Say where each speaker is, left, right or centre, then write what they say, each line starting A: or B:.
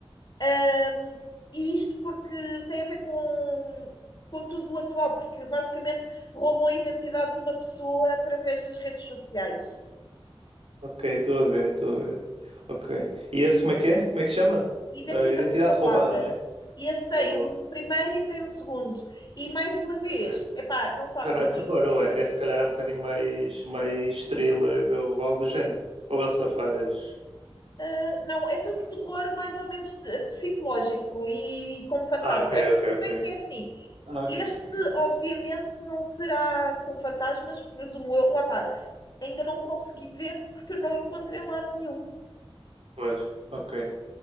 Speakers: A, on the left; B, on the right.
A: ahm, e isto porque tem a ver com, com tudo o atual, porque basicamente roubam a identidade de uma pessoa através das redes sociais.
B: Ok, estou a ver, estou a ver. Ok. E esse como é que é? Como é que se chama?
A: Identidade
B: Ah, identidade
A: roubada.
B: roubada, né?
A: E esse
B: Ok,
A: tem
B: boa.
A: um primeiro e tem um segundo. E mais uma vez,
B: Ok.
A: epá, não faço
B: Já não é
A: a
B: terror,
A: mínima
B: ou
A: ideia.
B: é? Esse se calhar é um bocadinho mais, mais thriller ou algo do género. Ou ele só faz.
A: Ah, não, é tudo terror mais ou menos de- psicológico e com fantasmas.
B: Ah, ah, ok,
A: É, se
B: ok, ok.
A: bem que é assim,
B: Ah, ok.
A: este
B: ok, ok.
A: obviamente
B: ok.
A: não será com fantasmas, presumo eu. Lá está, ainda não consegui ver porque eu não encontro em lado nenhum.
B: Pois, ok,